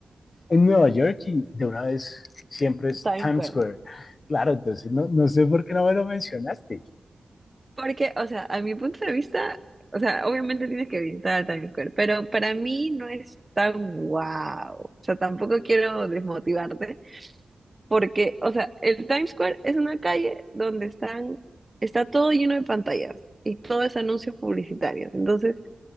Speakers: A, on the left; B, on the right.
A: en Nueva York y de una vez siempre es
B: Times
A: Times
B: Square.
A: Square. Claro, entonces no, no sé por qué no me lo mencionaste.
B: Porque, o sea, a mi punto de vista, o sea, obviamente tienes que visitar Times Square, pero para mí no es tan guau. O sea, tampoco quiero desmotivarte, porque, o sea, el Times Square es una calle donde están, está todo lleno de pantallas y todo es anuncios publicitarios. Entonces,